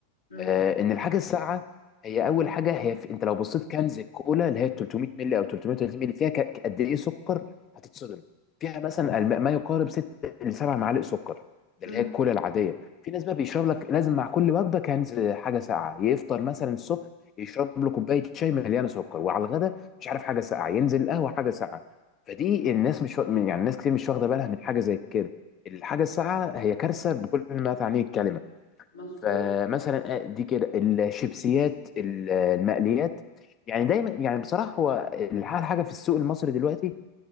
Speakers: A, on the left; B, on the left.
A: م-
B: آه، ان الحاجه الساقعه هي اول حاجه هي في انت لو بصيت كنز الكولا اللي هي 300 مللي او 330 مللي فيها ك- قد ايه سكر هتتصدم فيها مثلا الم- ما يقارب 6 ل 7 معالق سكر ده
A: م.
B: اللي هي الكولا العاديه في ناس بقى بيشرب لك لازم مع كل وجبه كنز حاجه ساقعه يفطر مثلا الصبح يشرب له كوبايه شاي مليانه سكر وعلى الغدا مش عارف حاجه ساقعه ينزل قهوه حاجه ساقعه فدي الناس مش وا- يعني الناس كتير مش واخده بالها من حاجه زي كده الحاجه الساقعه هي كارثه بكل ما تعنيه الكلمه
A: مظبوط
B: فمثلا آه، دي كده الشيبسيات ال- المقليات يعني دايما يعني بصراحه هو الح- الحاجه في السوق المصري دلوقتي